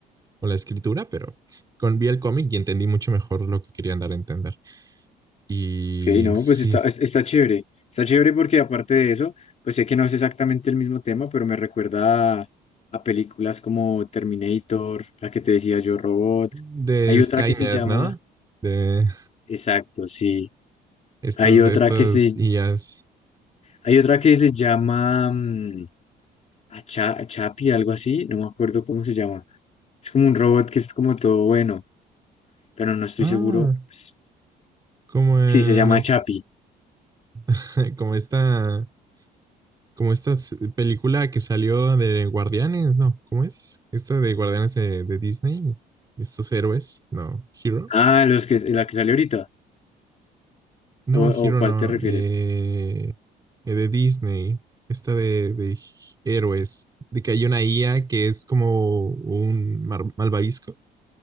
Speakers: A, on the right; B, on the left.
A: con la escritura, pero con, vi el cómic y entendí mucho mejor lo que querían dar a entender. Y
B: Ok, no,
A: sí,
B: pues está, es- está chévere. Está chévere porque aparte de eso, pues sé que no es exactamente el mismo tema, pero me recuerda a, a películas como Terminator, la que te decía yo, Robot.
A: de
B: Hay
A: Skynet,
B: otra que se llama,
A: ¿no? De
B: exacto, sí.
A: estas,
B: Hay otra
A: de estas
B: que se,
A: IAs.
B: hay otra que se llama mm, Acha- Chapi, algo así, no me acuerdo cómo se llama. Es como un robot que es como todo bueno, pero no estoy
A: Ah,
B: seguro. pues,
A: como en
B: Sí, se llama
A: es-
B: Chapi.
A: <laughs> como esta, como esta s- película que salió de Guardianes, ¿no? ¿Cómo es? Esta de Guardianes de, de Disney. Estos héroes, no, Hero.
B: Ah, los que, la que salió ahorita.
A: No,
B: ¿O,
A: Hero
B: o cuál
A: no.
B: te refieres?
A: eh, eh, de Disney. Esta de, de héroes. De que hay una IA que es como un mar- malvavisco.